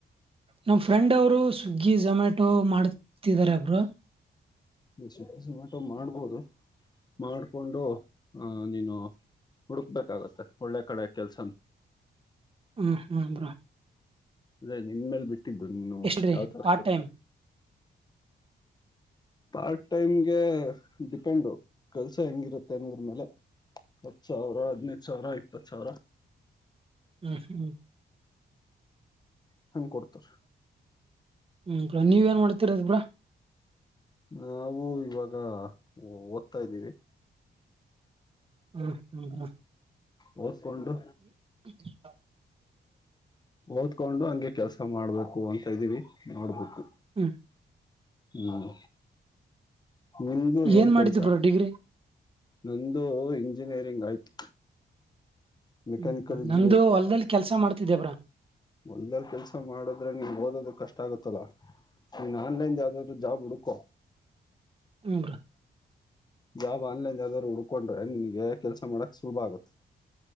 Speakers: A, on the right; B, on the left.
A: ನಮ್ಮ್ ಫ್ರೆಂಡ್ ಅವರು ಸ್ವಿಗ್ಗಿ ಝೊಮ್ಯಾಟೊ ಮಾಡತಿದ್ದಾರೆ ಬ್ರೋ
B: ಸ್ವಿಜಿ ಜೊಮ್ಯತೋ ಮಾಡ್ಬೋದು ಮಾಡಿಕೊಂಡು ನೀನು ಹುಡುಕ್ಬೇಕಾಗತ್ತೆ ಒಳ್ಳೆ ಕಡೆ ಕೆಲಸನ
A: ಹಾ ಹಾ ಬ್ರಾ
B: ಅದೇ ನಿನ್ ಮೇಲೆ ಬಿಟ್ಟಿದ್ದುನ್ನು
A: ಎಷ್ಟ್ರಿ
B: ಯಾವ ತರತ
A: ಪಾರ್ಟ್ ಟೈಮ್
B: ಪಾರ್ಟ್ ಟೈಮ್ಗೆ ಡಿಪೆಂಡು ಕೆಲ್ಸ ಹೆಂಗಿರುತ್ತೆ ಅನ್ನೋದ್ರ ಮೇಲೆ ಹತ್ತು ಸಾವಿರ ಹದ್ಿನೈದು ಸಾವಿರ ಇಪ್ಪತ್ತು ಸಾವಿರ
A: ಹ್ಮ್ ಹ್ಮ್ಮ್
B: ನನ್ಗ ಕೊಡ್ತಾರ
A: ಹ್ಮ್ಾ ನೀವ ಏನ್ ಮಾಡ್ತಿರದ ಬಿ್ರಾ
B: ನಾವು ಇವಾಗ ಓದ್ತಾ ಇದ್ದೀವಿ
A: ಹ್ಮ್ ಹ್ಮ್ ಹ್ಮ
B: ಹೌಸ್ಕಟು
A: <inaudible>
B: ಓದ್ಕೊಂಡು ಹಂಗೆ ಕೆಲ್ಸ ಮಾಡ್ಬೇಕು ಅಂತ ಇದ್ದೀವಿ ನೋಡ್ಬೇಕು
A: ಹ್ಮ್
B: ಹ್ಮ್ ನಿಮ್ದು ಹೆಂಗ
A: ಏನ್ ಮಾಡಿದ್ದು
B: ಕೆಲ್ಸ
A: ಬ್ರೋ ಡಿಗ್ರಿ
B: ನಂದು ಇಂಜಿನಿಯರಿಂಗ್ ಆಯ್ತು ಮೆಕ್ಯಾನಿಕಲ್
A: ಹ್ಮ
B: ಇಂಜಿನಿಯರಿಂಗ್
A: ನಂದುು ಹೊಲ್ದಲ್ಲಿ ಕೆಲ್ಸಾ ಮಾಡ್ತಿದ್ದೇವ್ರಾ
B: ಮೊಲ್ಲ್ ಕೆಲ್ಸ ಮಾಡಿದ್ರೆ ನೀಮ್ಗೆ ಓದೋದ ಕಷ್ಟ ಆಗುತ್ತಲ್ಲಾ ನೀನ್ ಆನ್ಲೈನ್ ಯಾವ್ದಾದ್ರು ಜಾಬ್ ಹುಡುಕೋ
A: ಹ್ಮ್ ಬ್ರೋ
B: ಜಾಬ್ ಆನ್ಲೈನ್ದ್ರು ಹುಡ್ಕೊಂಡ್ರೆ ನಿನ್ಗೆ ಕೆಲ್ಸ ಮಾಡಕ್ ಸುಭ ಆಗುತ್ತೆ